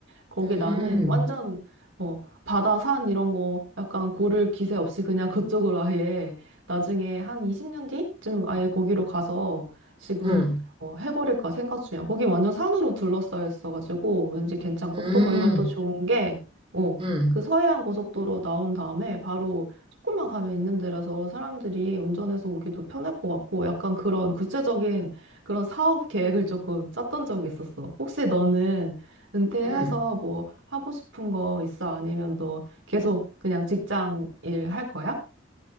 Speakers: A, on the right; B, on the right.
A: 거기
B: 음,
A: 나는 완전 어, 바다, 산 이런 거 약간 고를 기세 없이 그냥 <laughs> 그쪽으로 아예 나중에 한 20년 뒤쯤 아예 거기로 가서 지금
B: 응,
A: 어, 해버릴까 생각 중이야. 거기 완전 산으로 둘러싸여 있어가지고 왠지 괜찮고
B: 음,
A: 또 거기가 또 좋은 게 어,
B: 응,
A: 그 서해안 고속도로 나온 다음에 바로 조금만 가면 있는 데라서 사람들이 운전해서 오기도 편할 것 같고 약간 그런 구체적인 그런 사업 계획을 조금 짰던 적이 있었어. 혹시 너는 은퇴해서
B: 응.
A: 뭐 하고 싶은 거 있어? 아니면 너 계속 그냥 직장 일 할 거야?